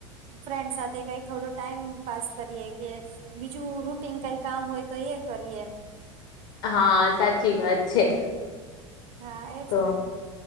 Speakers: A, on the right; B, on the left.
A: ફ્રેન્ડ સાથે કઈ થોડો ટાઈમ પાસ કરીએ કે. બીજું રૂટીન કઈ કામ હોય તો એ કરીએ એમ.
B: હા સાચી વાત છે.
A: હા એજ
B: તો
A: ના.